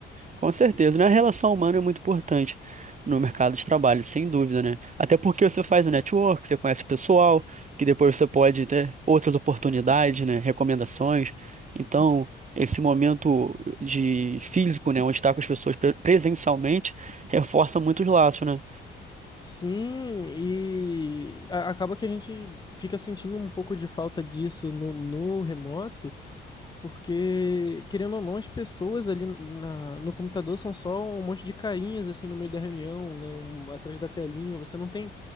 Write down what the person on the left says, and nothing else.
Sim, e a- acaba que a gente fica sentindo um pouco de falta disso no, no remoto. Porque, querendo ou não, as pessoas ali na, no computador são só um monte de carinhas, assim, no meio da reunião, né? um- atrás da telinha. Você não tem